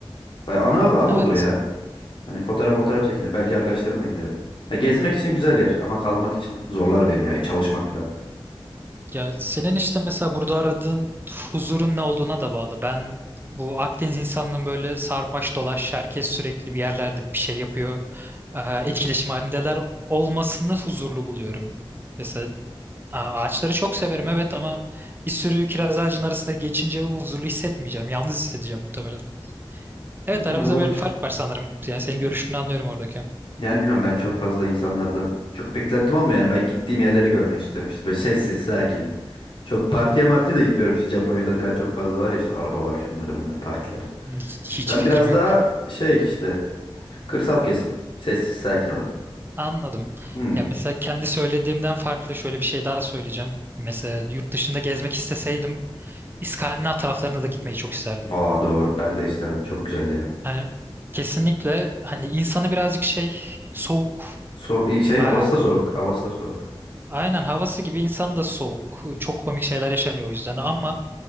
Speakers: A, on the left; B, on the right.
A: Baya ana, ana
B: Evet.
A: olur ya. Hani fotoğraf fotoğraf çekinir. Belki arkadaşlarımla giderim. Ya gezmek için güzel yer ama kalmak için zorlar beni ya. Çalışmak falan.
B: Ya senin işte mesela burada aradığın huzurun ne olduğuna da bağlı. Ben bu Akdeniz insanının böyle sarmaş dolaş herkes sürekli bir yerlerde bir şey yapıyor. e, etkileşim halindeler olmasını huzurlu buluyorum. Mesela a- ağaçları çok severim evet ama bir sürü kiraz ağacının arasında geçince huzurlu hissetmeyeceğim. Yalnız hissedeceğim muhtemelen. Evet
A: Yani
B: aramızda
A: olabilir.
B: böyle bir fark var sanırım. Yani senin görüşünü anlıyorum oradaki.
A: Yani bilmiyorum ben çok fazla insanlardan çok beklentim olmuyor yani ben gittiğim yerleri görmek istiyorum işte böyle sessiz sakin. Çok partiye martiye de gitmiyorum işte Japonya'da falan çok fazla var ya işte arabalar şunları bunlar partiler.
B: Hiç, hiç
A: Ben
B: fikrim
A: biraz
B: yok.
A: daha şey işte kırsal kesim sessiz sakin olan.
B: Anladım.
A: Hmm.
B: Ya mesela kendi söylediğimden farklı şöyle bir şey daha söyleyeceğim. Mesela yurt dışında gezmek isteseydim İskandinav taraflarına da gitmeyi çok isterdim.
A: Aa doğru ben de isterdim çok güzel ya.
B: Hani kesinlikle hani insanı birazcık şey soğuk.
A: Soğuk iyi şey
B: Ay-
A: havası da soğuk havası da soğuk.
B: Aynen havası gibi insan da soğuk. Çok komik şeyler yaşanıyor o yüzden ama